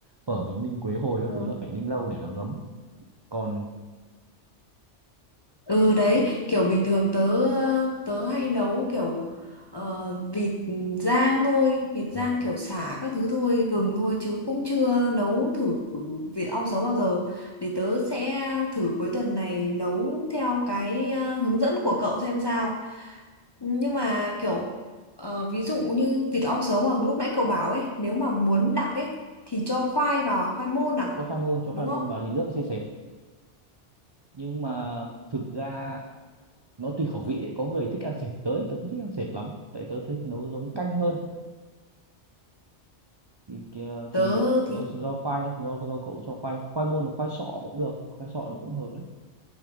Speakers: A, on the right; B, on the left.
A: phở mình ninh quế hồi các
B: Ờ.
A: thứ là phải ninh lâu để nó ngấm còn
B: Ừ đấy, kiểu bình thường tớ tớ hay nấu kiểu ờ, vịt rang thôi, vịt
A: ờ,
B: rang kiểu sả các thứ thôi, gừng thôi chứ cũng chưa nấu thử vịt ong sấu bao giờ. Để tớ sẽ thử cuối tuần này nấu theo cái ờ, hướng dẫn của cậu xem sao. Nhưng mà kiểu ờ, ví dụ như vịt ong sấu mà lúc nãy cậu bảo ấy, nếu mà muốn đặc ấy thì cho khoai vào, à? khoai môn à,
A: cho khoai môn cho
B: đúng
A: khoai
B: không?
A: môn vào thì nước nó sẽ sệt nhưng mà thực ra nó tùy khẩu vị đấy có người thích ăn sệt tới tớ không thích ăn sệt lắm tại tớ thích nấu giống canh
B: Ừ.
A: hơn thì kìa- thì
B: Tớ thì
A: nó do khoai thôi, do do cậu cho khoai khoai môn hoặc khoai sọ cũng được khoai sọ nó cũng hợp đấy